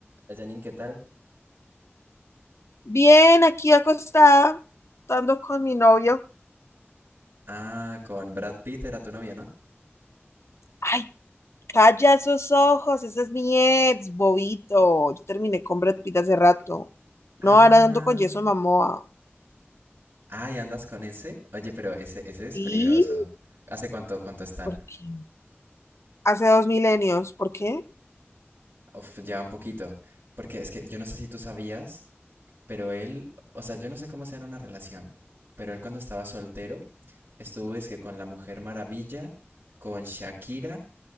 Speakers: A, on the right; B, on the left.
A: Hola, Janine, ¿qué tal?
B: Bien, aquí acostada, estando con mi novio.
A: Ah, con Brad Pitt era tu novia, ¿no?
B: Ay, calla esos ojos, ese es mi ex, bobito. Yo terminé con Brad Pitt hace rato.
A: Ah,
B: No, ahora ando con Jason Momoa.
A: ay, ¿andas con ese? Oye, pero ese, ese es
B: Sí,
A: peligroso. ¿Hace cuánto, cuánto están?
B: ¿por qué? Hace dos milenios, ¿por qué?
A: Uf, ya un poquito. Porque es que yo no sé si tú sabías, pero él, o sea, yo no sé cómo sea en una relación, pero él cuando estaba soltero, estuvo es que con la Mujer Maravilla, con Shakira